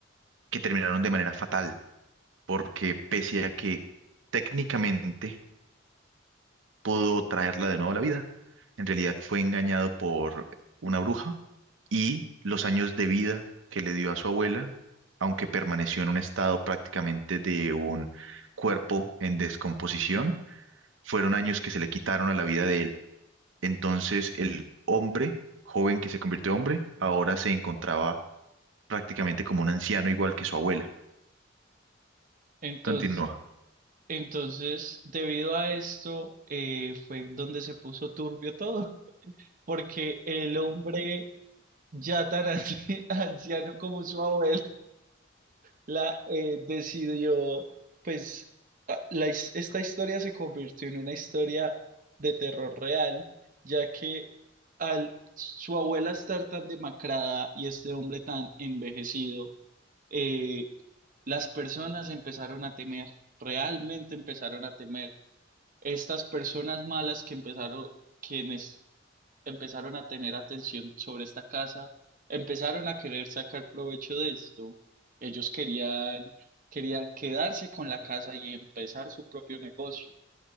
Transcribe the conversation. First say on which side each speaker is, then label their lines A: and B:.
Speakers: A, on the right; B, on the right.
A: que terminaron de manera fatal, porque pese a que técnicamente pudo traerla de nuevo a la vida. En realidad fue engañado por una bruja y los años de vida que le dio a su abuela, aunque permaneció en un estado prácticamente de un cuerpo en descomposición, fueron años que se le quitaron a la vida de él. Entonces el hombre, joven que se convirtió en hombre, ahora se encontraba prácticamente como un anciano igual que su abuela.
B: Entonces,
A: Continúa.
B: entonces, debido a esto, eh, fue donde se puso turbio todo, <laughs> porque el hombre ya tan anci- <laughs> anciano como su abuelo, la eh, decidió, pues, a- la his- esta historia se convirtió en una historia de terror real, ya que al su abuela estar tan demacrada y este hombre tan envejecido, eh, las personas empezaron a temer, realmente empezaron a temer. Estas personas malas que empezaron, quienes empezaron a tener atención sobre esta casa, empezaron a querer sacar provecho de esto. Ellos querían, querían quedarse con la casa y empezar su propio negocio.